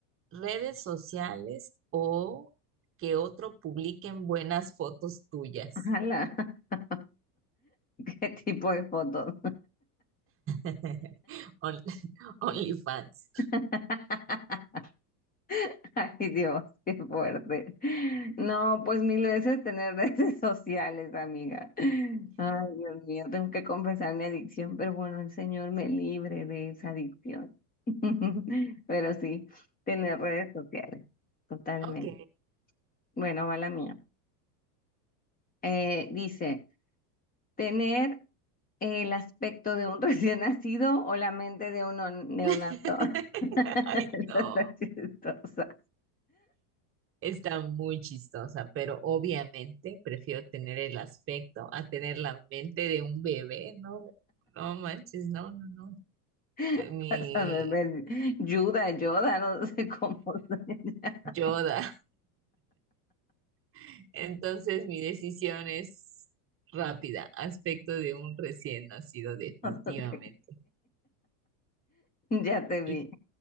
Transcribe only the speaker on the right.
redes sociales o que otro publiquen buenas fotos tuyas?
<laughs> On- <laughs> OnlyFans.
Ok.
<laughs>
Ay,
no.
Está muy chistosa, pero obviamente prefiero tener el aspecto a tener la mente de un bebé, no, no manches, no, no, no,
eh, mi
Yoda.
<laughs> Entonces mi decisión es rápida, aspecto de un recién nacido definitivamente.
¿Y,